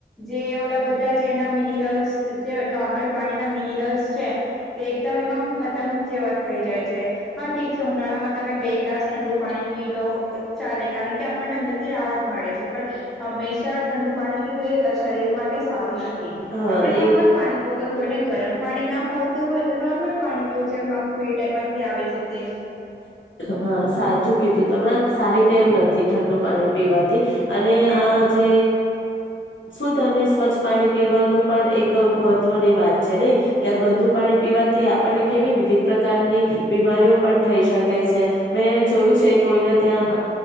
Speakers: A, in the centre; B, on the left.
A: જે ઓલા બધા જેના મિનરલ્સ જે નોર્મલ પાણીના મિનરલ્સ છે તે એકદમ એમાં ખતમ જેવા થઈ જાય છે હા ઠીક છે ઉનાળામાં તમે બે ગ્લાસ ઠંડુ પાણી પી લો ચાલે કારણ કે આપણને અંદર થી રાહત મળે છે. પણ હંમેશા ઠંડુ પાણી પીવું એ શરીર માટે સારું નથી
B: હા
A: આપણે નોર્મલ
B: એ
A: પાણી પીવું અગર કોઈને ગરમ પાણી ના ફાવ હોય તો નોર્મલ પાણી પીવું જેમ ફિલ્ટરમાંથી આવે છે તે.
B: હા સાચું કીધું તમે આ સારી ટેવ નથી ઠંડુ પાણી પીવાથી અને આ જે શુદ્ધ અને સ્વચ્છ પાણી પીવાનું પણ એક મહત્વની વાત છે. ન કે ગંદુ પાણી પીવાથી આપણને કેવી વિવિધ પ્રકારની બીમારીઓ પણ થઈ શકે. છે મેં જોયું છે કોઈને ત્યાં